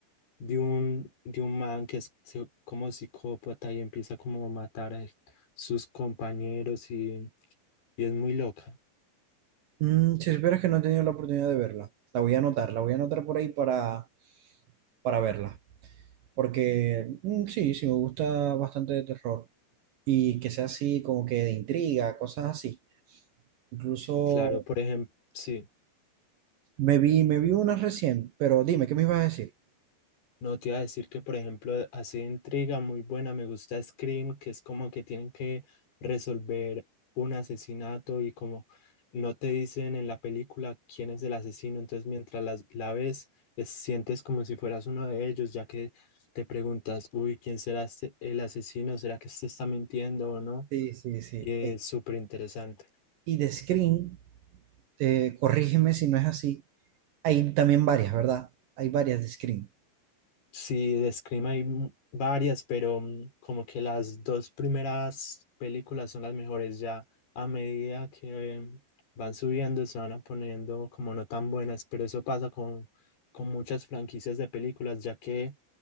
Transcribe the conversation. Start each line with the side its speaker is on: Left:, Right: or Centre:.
Left: de un, de un man que es psi- como psicópata y empieza como a matar a sus compañeros y, y es muy loca.
Right: Mm, si supieras que no he tenido la oportunidad de verla, la voy a anotar, la voy a anotar por ahí para, para verla, porque mm, sí, sí, me gusta bastante de terror y que sea así como que de intriga, cosas así. Incluso
Left: Claro, por ejemplo, sí.
Right: me vi, me vi una recién, pero dime, ¿qué me ibas a decir?
Left: No te iba a decir que, por ejemplo, hace intriga muy buena, me gusta Scream, que es como que tienen que resolver un asesinato y como no te dicen en la película quién es el asesino, entonces mientras las- la, ves, es- sientes como si fueras uno de ellos, ya que te preguntas, uy, ¿quién será este- el asesino? ¿Será que este está mintiendo o no?
Right: Sí, sí, sí.
Left: Y es súper interesante.
Right: y de Scream, eh, corrígeme si no es así, hay también varias, ¿verdad? Hay varias de Scream.
Left: Sí, de Scream hay m- varias, pero mm, como que las dos primeras películas son las mejores ya. A medida que eh, van subiendo, se van a poniendo como no tan buenas, pero eso pasa con, con muchas franquicias de películas, ya que